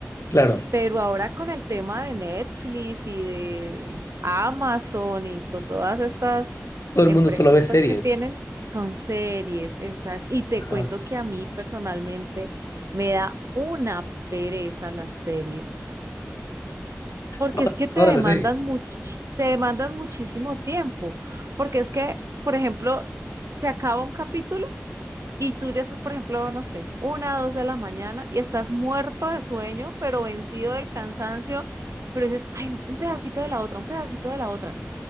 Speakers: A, on the left; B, on the right.
A: Claro,
B: Pero ahora con el tema de Netflix y de Amazon y con todas estas
A: todo el
B: empresas
A: mundo solo ve series.
B: pues, que tienen, son series, exacto. Y te
A: Ajá.
B: cuento que a mí personalmente me da una pereza las series. Porque
A: Toda-
B: es que te
A: Todas
B: demandan
A: las series.
B: much- te demandan muchísimo tiempo. Porque es que, por ejemplo, se acaba un capítulo y tú ya estás, por ejemplo, no sé, una o dos de la mañana y estás muerto de sueño, pero vencido del cansancio, pero dices, ay no, un pedacito de la otra, un pedacito de la otra.